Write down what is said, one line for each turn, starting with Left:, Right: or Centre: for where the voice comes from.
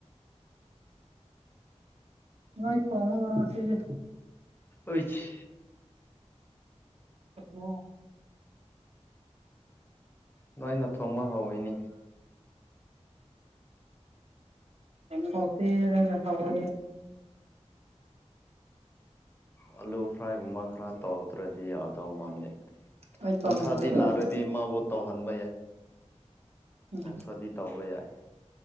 Right: ꯅꫭꯏ ꯊꯣꯉꯕ ꯉꯁꯤꯗꯤ
Left: ꯑꯨꯏꯠꯁ
Right: ꯑꯣ
Left: ꯅꯣꯏꯩꯅ ꯊꯨꯝꯕ ꯍꯧꯋꯏꯅꯤ
Right: ꯐꯥꯎ ꯍꯋꯥ
Left: ꯑꯥꯂꯨ ꯐ꯭ꯔꯥꯏꯒꯨꯝꯕ ꯈꯔ ꯇꯧꯗ꯭ꯔꯗꯤ ꯌꯥꯗꯧ ꯃꯥꯂꯦ
Right: ꯑꯩ ꯇꯧꯅꯤꯡꯗꯕ
Left: ꯅꯨꯡꯁꯥꯗꯤ ꯂꯥꯛꯔꯗꯤ
Right: ꯑꯗꯣ
Left: ꯃꯥꯕꯨ ꯇꯧꯍꯟꯕ ꯌꯥꯏ
Right: ꯎꯝ
Left: ꯅꯨꯡꯁꯥꯗꯤ ꯇꯧꯕ ꯌꯥꯏ